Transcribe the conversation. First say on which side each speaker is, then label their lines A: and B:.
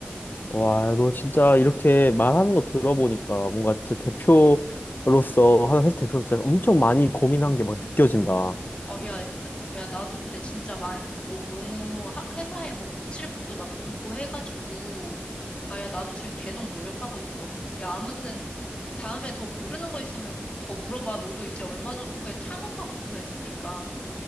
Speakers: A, on the left (about 50°); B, on the left (about 30°).
A: 와, 너 진짜 이렇게 말하는 거 들어보니까 뭔가 진짜 대표로서, 한 회사 대표로서 진짜 엄청 많이 고민한 게 막 느껴진다. 어,
B: 어, 야, 나, 야, 나도 근데 진짜 만, 뭐, 너무 하- 회사에 뭐 고칠 것도 많고 해가지고, 아, 야, 나도 지금 계속 노력하고 있어. 야, 아무튼 다음에 더 모르는 거 있으면 더 물어봐. 너도 이제 얼마 전 후에 창업하고 싶어 했으니까.